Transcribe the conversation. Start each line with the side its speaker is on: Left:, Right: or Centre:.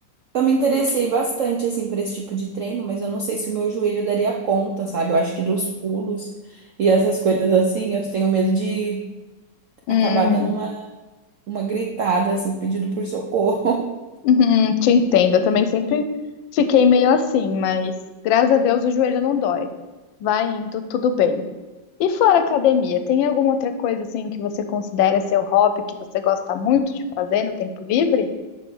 Right: Eu me interessei bastante, assim, por esse tipo de treino, mas eu não sei se o meu joelho daria conta, sabe? Eu acho que dos pulos e essas coisas assim, eu tenho medo de
Left: Hum,
Right: acabar dando uma, uma gritada, assim, pedido por socorro. <laughs>
Left: uhum, te entendo, eu também sempre fiquei meio assim, mas graças a Deus o joelho não dói. Vai indo, tudo bem. E fora academia, tem alguma outra coisa assim que você considera seu hobby, que você gosta muito de fazer no tempo livre?